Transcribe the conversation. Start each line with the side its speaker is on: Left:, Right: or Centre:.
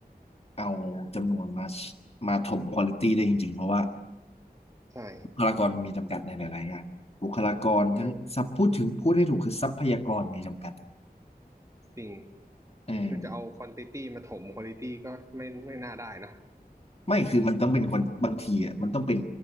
Left: เอาจำนวนมามาถมควอลิตีได้จริงๆเพราะว่า
Right: ใช่
Left: บุคลากรมีจำกัดในหลายๆงานบุคลากรทั้งสับพูดถึงพูดให้ถูกคือทรัพยากรมีจำกัด
Right: เออจริง
Left: เออ
Right: คือจะเอาควอนติตี้มาถมควอลิตี้ก็ไม่ไม่น่าได้นะ
Left: ไม่คือมันต้องเป็นคนบางทีอ่ะมันต้องเป็น